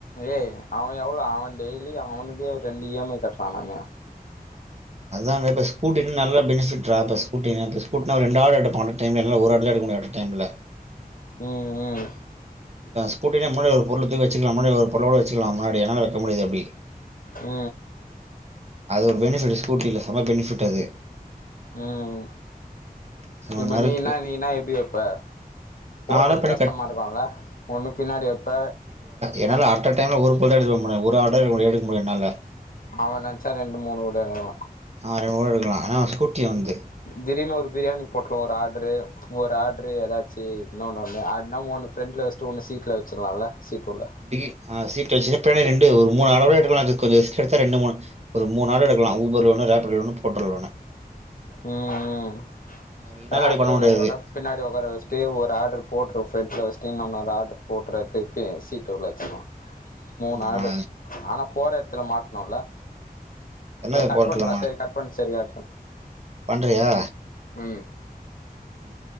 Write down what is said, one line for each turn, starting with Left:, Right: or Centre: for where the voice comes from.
Left: ஏ அவ எவ்ளோ அவ டெய்லி அவனுகே ரெண்டு இ எம் ஐ கட்றானாமே
Right: அத தா இப்ப ஸூகூடினா நல்லஞ பெனிஃபிட்ரா இப்ப ஸூகூடினா இப்ப ஸூகூடினா ஒரு ரெண்டு ஆயிர எடுபா அட்ட டயதுல என்னால ஒரு ஆர்ட தா எடுக முடியு அட்ட டைம்ல
Left: ம் ம்
Right: இப்ப ஸ்கூட்டின முன்னாடி ஒரு பொருள தூக்கி வச்ச கலா முன்னாடி ஒரு பொருளகூட வச்சுகலா முன்னாடி என்னால வைக்க முடியாது அப்டி
Left: ஆ
Right: அது ஒரு பெனிஃபிட் ஸ்கூட்டில செம பெனிஃபிட் அது
Left: ம்
Right: ஸோ
Left: இப்ப
Right: நறுக்கு
Left: நீனா நீனா எப்டி வப்ப
Right: நானும்
Left: ஓட்றது
Right: பண்ணி
Left: கஷ்டமா
Right: கட்
Left: மாறலா ஒண்ணு பின்னாடி வப்ப
Right: என்னால அட்ட டைம்ல ஒரு பொருள்தா எடுக்க முடியும் ஒரு ஆர்டர் ஒன் எடுக்க முடியும் என்னால
Left: அவ நெனசா ரெண்டு மூணு கூட எடுக்கலா
Right: ஆ ரெண்டு கூட எடுக்கலா ஏனா ஸ்கூட்டி அவனுது
Left: திடீர்னு ஒரு பிரியாணி பொட்டல ஒரு ஆர்ரு ஒரு ஆர்டரு ஏதாச்சு இன்னொனு ஒன்னு இன்ன ஓன்னு ஃப்ரெண்ல வச்சுட்டு ஒன்னு சீட்ல வச்சிலால சீட் உள்ள
Right: டீ சீட்ல வச்சா பின்னாடி ரெண்டு ஒரு மூணு ஆர்டர் கூட எடுக்கலா ஜஸ்ட் கொஞ்சோ ரிஸ்க் எடுத்தா ரெண்டு மூணு ஒரு மூணு ஆர்டர் எடுகலா ஊபர்ல ஒன்னு ரேபிடோல ஒன்னு போர்டல ஒன்னு
Left: ம் ம்
Right: என்னால
Left: ரேபிடோல
Right: அப்டி பண்ண முடியாது
Left: இருகற விட பின்னாடி உக்கார வச்சட்டு ஒரு ஆர்டர் போட்டு ஃப்ரென்ட்ல வச்சுட்டு இன்னொன்னு ஒரு ஆர்டர் போட்டு திருபி சீட்டு உள்ள வச்சடோனு மூணு
Right: ம்
Left: ஆர்ட
Right: ஆ
Left: ஆனா போற எடத்துல மாட்னோல
Right: என்னது
Left: ஏ கட்
Right: போர்ட்டல்
Left: பண்றா
Right: ஒன்னு
Left: சேரி கட் பண்ணு சேரி கட் பண்ணு
Right: பண்றியா
Left: ம்
Right: ம்